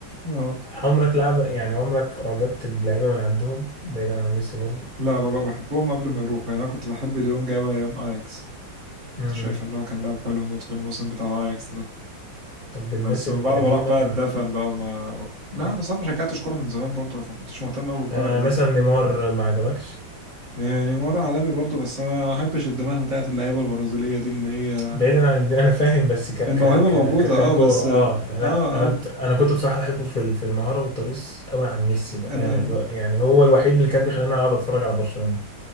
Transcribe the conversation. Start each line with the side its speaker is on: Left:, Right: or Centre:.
Right: اه
Left: عمرك لعب يعني عمرك اعجبت بلعيبه من عندهم بعيدا عن ميسي برضو
Right: لا بابا بحبهم قبل ما يروحوا يعني انا كنت بحب ديونج قوي ايام اياكس كنت
Left: امم
Right: شايف ان هو كان لاعب حلو موت في الموسم بتاع اياكس
Left: طب الناس
Right: بس من
Left: القديمه
Right: بعد ما راح بقى اتدفن بقى وما لا
Left: ما
Right: انا صعب ما شجعتش كوره من زمان برضه فما كنتش مهتم قوي بالكوره
Left: آه
Right: القديمه
Left: مثلا نيمار ما عجبكش
Right: يعني مره عالمي برضه بس انا ما احبش الدماغ بتاعت اللعيبه البرازيليه دي اللي هي
Left: بعيدا عن الد- انا فاهم بس ك ك
Right: الموهبه
Left: ك
Right: موجوده
Left: ك- كان
Right: اه
Left: كوره
Right: بس
Left: اه
Right: اه
Left: يعني
Right: اه
Left: لا انا انا كنت بصراحه بحبه في ال- في المهاره والترقيص قوي عن ميسي بامانه
Right: انا
Left: الو- يعني هو الوحيد اللي كان بيخليني اقعد اتفرج على برشلونه